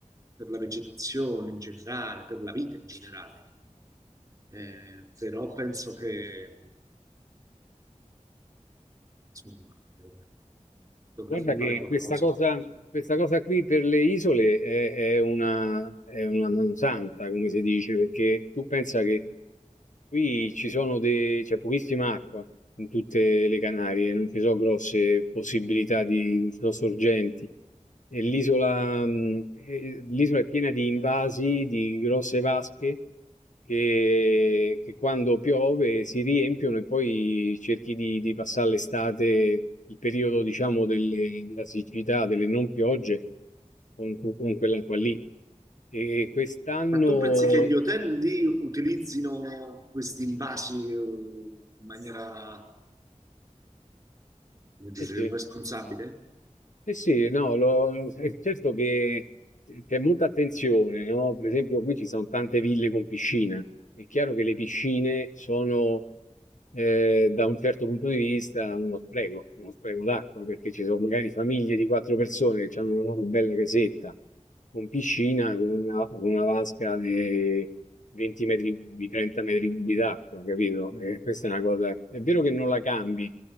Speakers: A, on the right; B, on the left.
A: per la vegetazione in generale, per la vita in generale. Eh, però penso che, insomma, eh, dovremmo
B: Guarda
A: fare
B: che
A: qualcosa
B: questa cosa,
A: per... per-
B: questa cosa qui per le isole è, è una, è una mansanta, come si dice, perché tu pensa che qui ci sono de- c'è pochissima acqua in tutte le Canarie, non ci sono grosse possibilità di, non ci sono sorgenti. E l'isola, mh, eh, l'isola è piena di invasi, di grosse vasche che, che quando piove si riempiono e poi cerchi di, di passare l'estate, il periodo, diciamo, delle- della siccità, delle non piogge, con, con quell'acqua lì. E quest'anno,
A: Ma tu pensi che gli hotel lì utilizzino questi invasi, eh, in maniera, come dire,
B: sì, sì,
A: irresponsabile?
B: Eh sì, no, lo- è certo che c'è molta attenzione, no? Per esempio qui ci sono tante ville con piscina. È chiaro che le piscine sono, eh, da un certo punto di vista, uno spreco, uno spreco d'acqua, perché ci sono magari famiglie di quattro persone che hanno una loro bella casetta con piscina, con una, con una vasca di 20 metri cubi, 30 metri cubi d'acqua, capito? E questa è una cosa... È vero che non la cambi